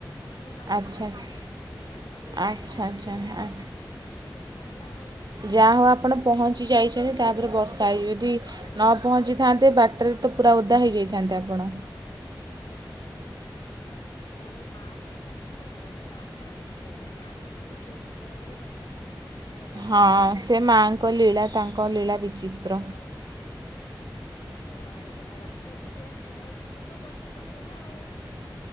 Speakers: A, on the left (about 75°); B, on the right (about 65°).
A: ଆମେକୁ ମାଡିକି
B: ଆଚ୍ଛା
A: ପଳେଇଲୁ
B: ଆଚ୍ଛା
A: କି ନାଇଁ ହବନି
B: ଆଚ୍ଛା
A: ବୋଲି ତାପରେ
B: ଆଚ୍ଛା
A: ତ ଜଷ୍ଟ
B: ଆ-
A: ଆସିକି ପହଞ୍ଚି ଛିଞ୍ଚୁ ବର୍ଷା ହେଲା ଆଉ।
B: ଯାହା ହଉ ଆପଣ ପହଞ୍ଚି ଯାଇଛନ୍ତି ତାପରେ ବର୍ଷା ହେଇ ଯଦି ନ
A: ହଁ
B: ପହଞ୍ଚିଥାନ୍ତେ ବାଟରେ ତ ପୁରା ଓଦା ହେଇଯାଇଥାନ୍ତେ ଆପଣ।
A: ହଁ ପୁରା ଉଦା ହେଇ <inaudible> ଯା ହଉ ମାଙ୍କ ପାଖକୁ ଗଲେ ମାନେ ମା ଟାଣିକି ନେବେ ଟାଣିକି ପୁଣି ସୁରକ୍ଷିତ ଭାବରେ ଘରେ ଛାଡିବେ। ତାଙ୍କ ଦାୟିତ୍ୱ
B: ହଁ
A: ସେଟା
B: ସେ ମାଆଙ୍କ ଲୀଳା ତାଙ୍କ ଲୀଳା ବିଚିତ୍ର
A: ହଁ ଆଉ ତ ଆର ଆରାମସେ ଆସିଛି ଜଷ୍ଟ ପହଞ୍ଚିଛୁ ତ ବର୍ଷା ପକେଇଲା ଆଉ।